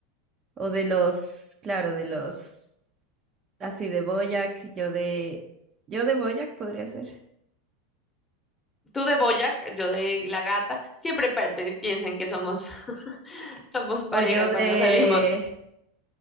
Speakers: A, on the right; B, on the left.
A: O de los, claro, de los, así de BoJack, yo de, yo de BoJack podría ser.
B: Tú de BoJack, yo de la gata. Siempre pa- pe- piensan que somos, <laughs> somos pareja
A: O yo
B: cuando
A: de...
B: salimos.